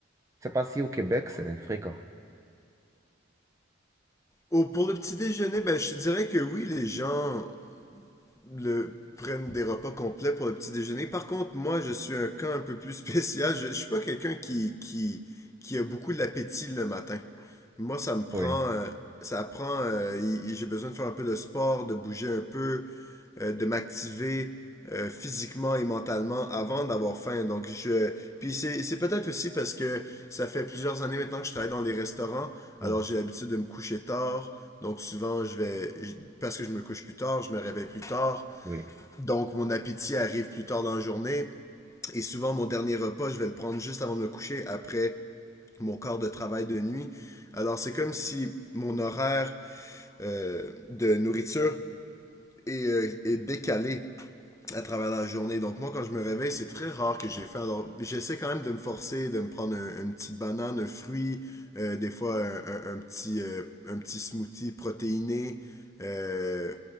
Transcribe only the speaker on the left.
Oh, pour le petit déjeuner, ben je te dirais que oui, les gens le prennent des repas complets pour le petit déjeuner. Par contre, moi, je suis un cas un peu plus <laughs> spécial. Je, je suis pas quelqu'un qui, qui, qui a beaucoup l'appétit le matin. Moi, ça me prend,
euh, ça prend, euh, y- y- j'ai besoin de faire un peu de sport, de bouger un peu, euh, de m'activer euh, physiquement et mentalement avant d'avoir faim. Donc, je, puis c'est, c'est peut-être aussi parce que ça fait plusieurs années maintenant que je travaille dans les restaurants. Alors,
j'ai l'habitude de me coucher tard. Donc souvent, je vais, je- parce que je me couche plus tard, je me réveille plus tard.
Donc mon appétit arrive plus tard dans la journée. Et souvent, mon dernier repas, je vais le prendre juste avant de me coucher, après mon corps de travail de nuit. Alors c'est comme si mon horaire euh, de nourriture est, euh, est décalé à travers la journée. Donc moi, quand je me réveille, c'est très rare que j'ai fait. Alors, j'essaie quand même de me forcer, de me prendre un- une petite banane, un fruit, euh, des fois un, un- un petit, euh, un petit smoothie protéiné. Euh,